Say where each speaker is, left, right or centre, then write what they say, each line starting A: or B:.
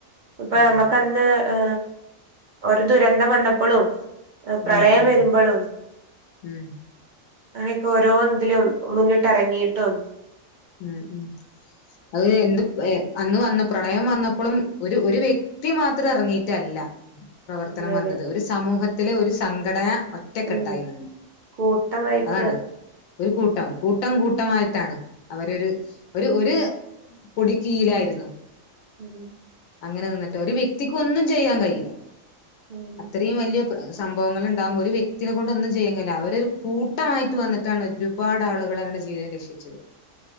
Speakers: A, on the right; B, on the left.
A: ഇപ്പ
B: അതെ
A: നമ്മക്കന്ന്
B: അതെ
A: ഏ ഒരു ദുരന്തം വന്നപ്പളും. അ പ്രളയം
B: ആഹ് ആഹ്
A: വെരുമ്പളും.
B: ഉം
A: അങ്ങനിപ്പോ ഓരോന്ന്തിലും മുനിട്ടെറങ്ങിയിട്ടും.
B: ഉം ഉ അത് എന്ത് പ് എ അന്ന് വന്ന് പ്രളയം വന്നപ്പളും ഒരു ഒരു വെക്- ക്‌തി മാത്രം എറങ്ങീറ്റല്ല. പ്രവർത്തനം
A: ഉം അതെ
B: വന്നത്, ഒരു സമൂഹത്തില് ഒരു സംഘടന ഒറ്റക്കെട്ടായി
A: ഉം
B: നിന്ന്.
A: കൂട്ടമായിട്ട്.
B: അതാണ് ഒരു കൂട്ടം കൂട്ടം കൂട്ടമായിട്ടാണ്. അവരൊര് ഒരു ഒര് പൊടി കീയിലായിരുന്നു.
A: ഉം
B: അങ്ങനെ നിന്നിട്ട് ഒരു വ്യക്തിക്കൊന്നും ചെയ്യാൻ കയ്യില്ല.
A: ഉം
B: അത്രയും വല്ല്യ പ്ര സംഭവങ്ങള്ണ്ടാവുമ്പോ ഒരു വ്യക്തിനെ കൊണ്ടൊന്നും ചെയ്യാൻ കയ്യില്ല, അവരൊരു കൂട്ടമായ്ട്ട് വന്ന്- ട്ടാണ് ഒരുപാട് ആളുകൾ അവരുടെ ജീവിതം രക്ഷിച്ചത്.